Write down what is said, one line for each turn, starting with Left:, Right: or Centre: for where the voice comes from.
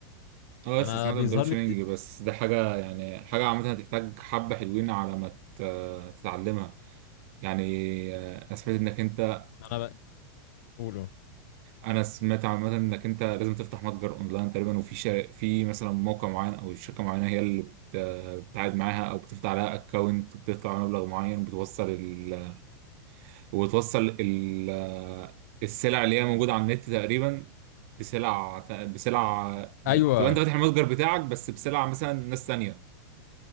Right: اه
Left: انا
Right: بس سمعت
Left: بيظهر
Right: عن دروب شيبنج
Left: لي كتير
Right: بس ده حاجه يعني حاجه عامه هتحتاج حبه حلوين على ما ت- تتعلمها يعني آه، انا سمعت انك انت
Left: انا بقوله
Right: انا سمعت عامه انك انت لازم تفتح متجر اونلاين تقريبا وفي شر... في مثلا موقع معين او شركه معينه هي اللي بت... بتعاد معاها او بتفتح لها اكونت بتدفع عليها مبلغ معين وبتوصل ال... وبتوصل ال... السلع اللي هي موجوده على النت تقريبا بسلع بسلع
Left: ايوه
Right: تبقى انت فاتح المتجر بتاعك بس بسلع مثلا ناس تانيه